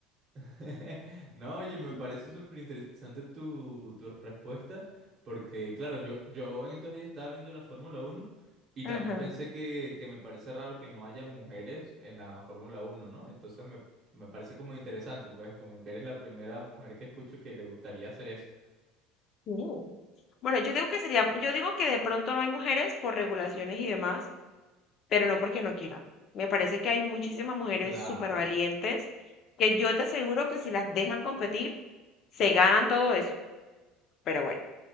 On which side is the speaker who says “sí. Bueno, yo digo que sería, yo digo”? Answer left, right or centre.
Left